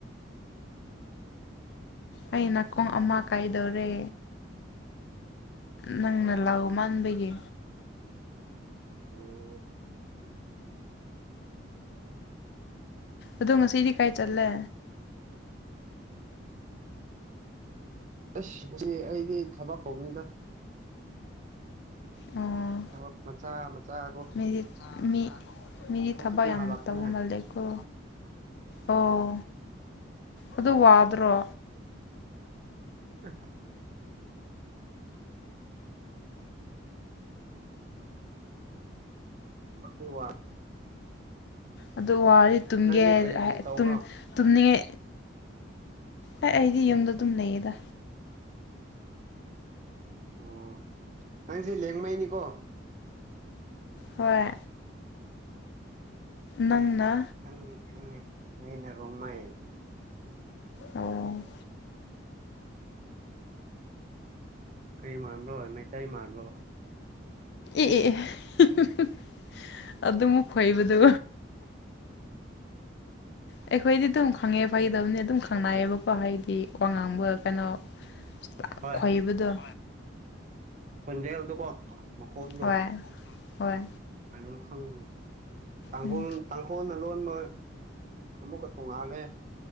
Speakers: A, on the left; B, on the right.
A: ꯑꯩ ꯅꯥꯀꯣꯡ ꯑꯃ ꯀꯥꯏꯗꯧꯔꯦ ꯅꯪꯅ ꯂꯥꯎꯃꯟꯕꯒꯤ
B: ꯑꯣ
A: ꯑꯗꯨ ꯉꯁꯤꯗꯤ ꯀꯥꯏ ꯆꯠꯂꯦ
B: ꯑꯁ ꯉꯁꯤ ꯑꯩꯗꯤ ꯊꯕꯛ ꯀꯧꯅꯤꯡꯗꯦ
A: ꯑꯣꯥ
B: ꯊꯕꯛ ꯃꯆꯥ ꯃꯆꯥ ꯀꯣ
A: ꯃꯤꯗꯤꯠ ꯃꯤ ꯃꯤꯗꯤ
B: ꯍꯧꯖꯤꯛꯅ
A: ꯊꯕꯛ ꯌꯥꯝ
B: ꯍꯜꯂꯛꯄꯅꯦ
A: ꯇꯧꯕ ꯃꯥꯜꯂꯦ ꯀꯣ ꯑꯣ ꯑꯗꯨ ꯋꯥꯗ꯭ꯔꯣ
B: <unintelligible> <unintelligible>
A: ꯑꯗꯣ ꯋꯥꯔꯦ ꯇꯨꯝꯒ‌ꯦ
B: ꯅꯪꯗꯤ
A: ꯍꯩꯔ
B: ꯀꯔꯤ ꯀꯔꯤ
A: ꯍꯥꯏ
B: ꯇꯧꯕ꯭ꯔꯣ
A: ꯇꯨꯝ ꯇꯨꯝꯅꯤꯉꯦ ꯑꯦ ꯑꯩꯗꯤ ꯌꯨꯝꯗ ꯗꯨꯝ ꯂꯩꯌꯦꯗ
B: ꯑꯣ ꯅꯪꯖꯦ ꯂꯦꯡꯃꯩꯅꯤꯀꯣ
A: ꯍꯣꯏ ꯅꯪꯅꯥ
B: ꯈꯪꯉꯤ ꯈꯪꯉꯦ ꯑꯩꯅ ꯔꯣꯡꯃꯩ
A: ꯑꯣ
B: ꯀ꯭ꯔꯤ ꯃꯥꯟꯕ꯭ꯔꯣ ꯃꯩꯇꯩ ꯃꯥꯟꯕ꯭ꯔꯣ
A: ꯏ ꯑꯦ ꯑꯦ ꯑꯗꯨꯃꯨꯛ ꯈꯣꯏꯕꯗꯨ ꯑꯩꯈꯣꯏꯗꯤ ꯗꯨꯝ ꯈꯪꯉꯦ ꯐꯥꯒꯤ ꯇꯧꯕꯅꯦ ꯑꯗꯨꯝ ꯈꯪꯅꯥꯌꯦꯕꯀꯣ ꯍꯥꯏꯗꯤ ꯋꯥ ꯉꯥꯡꯕ ꯀꯩꯅꯣ <unintelligible>
B: ꯍꯣꯏ
A: ꯈꯣꯏꯕꯗ‌ꯣ
B: ꯈꯣꯟꯖꯦꯜꯗꯣꯀꯣ ꯃꯈꯣꯟꯗꯣ
A: ꯍꯣꯏ ꯍꯣꯏ
B: <unintelligible> ꯇꯥꯡꯒꯨꯜ
A: ꯎꯝ
B: ꯇꯥꯡꯈꯣꯜꯅ ꯂꯣꯟꯕ ꯑꯃꯨꯛꯀ ꯇꯣꯉꯥꯜꯂꯦ